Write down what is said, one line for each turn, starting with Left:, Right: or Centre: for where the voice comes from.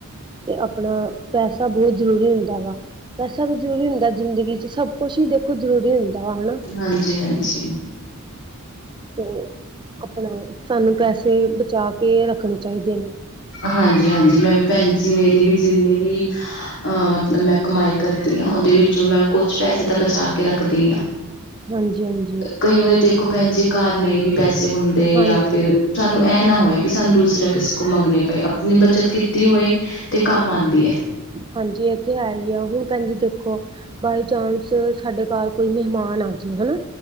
Right: ਤੇ ਆਪਣਾ ਪੈਸਾ ਬਹੁਤ ਜ਼ਰੂਰੀ ਹੁੰਦਾ ਵਾ ਪੈਸਾ ਵੀ ਜ਼ਰੂਰੀ ਹੁੰਦਾ ਜ਼ਿੰਦਗੀ ਚ ਸਭ ਕੁਛ ਹੀ ਦੇਖੋ ਜ਼ਰੂਰੀ ਹੁੰਦਾ ਵਾ ਹਨਾ
Left: ਹਾਂਜੀ-ਹਾਂਜੀ
Right: ਤੇ ਆਪਣਾ ਸਾਨੂੰ ਪੈਸੇ ਬਚਾ ਕੇ ਰੱਖਣੇ ਚਾਹੀਦੇ ਨੇ।
Left: ਹਾਂਜੀ ਹਾਂਜੀ ਮੈਂ ਵੀ ਭੈਣ ਜੀ ਮੇਰੀ ਵੀ ਜਿੰਨੀ ਵੀ ਅਹ ਮਤਲਬ ਮੈਂ ਕਮਾਈ ਕਰਦੀ ਆ ਉਹਦੇ ਵਿੱਚੋਂ ਮੈਂ ਕੁਛ ਪੈਸੇ ਤਾਂ ਬਚਾ ਕੇ ਰੱਖਦੀ ਆ
Right: ਹਾਂਜੀ ਹਾਂਜੀ।
Left: ਕਈ ਵਾਰੀ ਦੇਖੋ ਭੈਣ ਜੀ ਘਾਰ ਨਹੀਂ ਵੀ ਪੈਸੇ ਹੁ ਦੇ ਤੇ
Right: ਹਾਂ
Left: ਜਾਂ ਫੇਰ ਸਾਨੂੰ ਐਹ ਨਾ ਹੋਏ ਕਿ ਸਾਨੂੰ ਦੂਸਰਾ ਕਿਸੇ ਕੋਲ ਮੰਗਣੇ ਪਏ ਆਪਣੀ ਬੱਚਤ ਕੀਤੀ ਹੋਏ ਤੇ ਕੰਮ ਆਂਦੀ ਐ
Right: ਹਾਂਜੀ ਇੱਥੇ ਤੇ ਹੈ ਹੀ ਆ ਹੁਣ ਭੈਣਜੀ ਦੇਖੋ ਵਾਈ ਚਾਨਸ ਸਾਡੇ ਘਰ ਕੋਈ ਮਹਿਮਾਨ ਆ ਜੇ ਹਨਾ